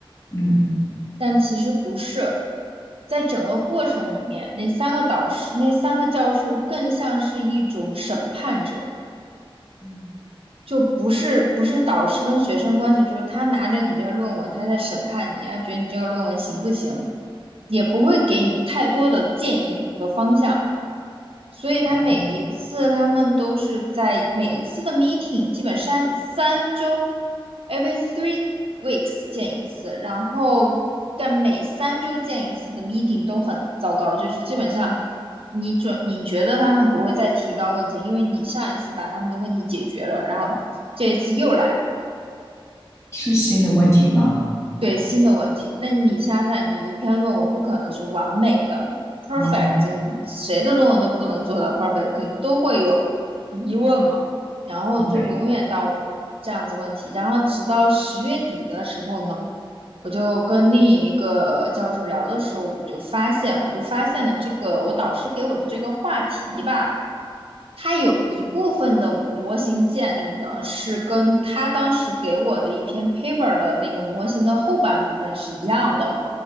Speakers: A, on the left (about 30°); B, on the right (about 75°).
A: 嗯
B: 但其实不是。在整个过程里面，那三个导师、那三个教授更像是一种审判者，
A: 嗯，
B: 就不是不是导师跟学生关系，就是他拿着你这个论文，他在审判你，啊，觉得你这个论文行不行，也不会给你太多的建议和方向，所以他每一次他们都是在每一次的
A: 哦，
B: meeting，基本三三周，every three weeks 见一次，然后但每三周见一次的 meeting 都很糟糕，就是基本上你准你觉得他们不会再提高问题，因为你上一次把他们的问题解决了，然后这一次又来。
A: 是新的问题吗？
B: 对新的问题，那你想想，你一篇论文不可能是完美的，perfect，
A: 嗯，
B: 你谁的论文都不能做到 perfect，肯定都会有疑问嘛。然后就永远到这样子问题，
A: 对，
B: 然后直到十月底的时候呢，我就跟另一个教授聊的时候，我们就发现，我就发现了这个我导师给我的这个话题吧。它有一部分的模型建立呢，是跟它当时给我的一篇 paper 的那个模型的后半部分是一样的，